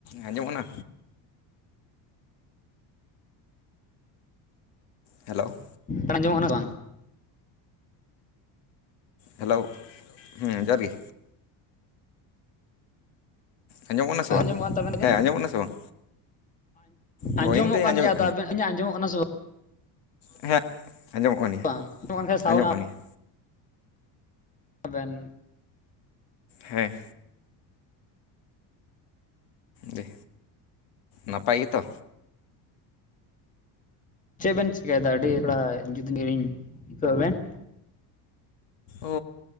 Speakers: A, on the left; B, on the left.
A: ᱟᱸᱡᱚᱢ ᱚᱜ ᱠᱟᱱᱟ ᱦᱮᱞᱳ
B: ᱨᱚᱲ ᱟᱸᱡᱚᱢᱚᱜ ᱠᱟᱱᱟ ᱥᱮ ᱵᱟᱝ
A: ᱦᱮᱞᱳ ᱦᱮᱸ ᱡᱚᱦᱟᱨ ᱜᱮ ᱟᱸᱡᱚᱢᱚᱜ ᱠᱟᱱᱟ ᱥᱮ ᱵᱟᱝ
B: ᱟᱸᱡᱚᱢᱚᱜ ᱠᱟᱱ ᱛᱟᱵᱮᱱᱟ
A: ᱦᱮᱸ
B: ᱫᱚ?
A: ᱟᱸᱡᱚᱢᱚᱜ ᱠᱟᱱᱟ ᱥᱮ ᱵᱟᱝ ᱚ
B: ᱟᱸᱡᱚᱢᱚᱜ
A: ᱤᱧᱫᱚᱧ
B: ᱠᱟᱱ
A: ᱟᱸᱡᱚᱢᱮᱫ
B: ᱜᱮᱭᱟ ᱟᱫᱚ ᱟᱹᱞᱤᱧᱟ ᱟᱸᱡᱚᱢᱚᱜ ᱠᱟᱱᱟ ᱥᱮ ᱵᱟᱝ
A: ᱦᱮᱸ ᱟᱸᱡᱚᱢᱚᱜ ᱠᱟᱱ ᱜᱮᱭᱟ
B: ᱵᱟᱝ <unintelligible>
A: ᱟᱸᱡᱚᱢᱚᱜ ᱠᱟᱱ ᱜᱮᱭᱟ
B: ᱟᱵᱮᱱ
A: ᱦᱮᱸ ᱡᱮ ᱱᱟᱯᱟᱭ ᱜᱮᱛᱚ
B: ᱪᱮᱫ ᱵᱮᱱ ᱪᱤᱠᱟᱹᱭᱮᱫᱟ ᱟᱹᱰᱤ ᱛᱷᱚᱲᱟ ᱡᱩᱫᱟᱜᱤᱧ ᱟᱹᱭᱠᱟᱹ ᱮᱫ ᱵᱮᱱ <unintelligible>
A: ᱚ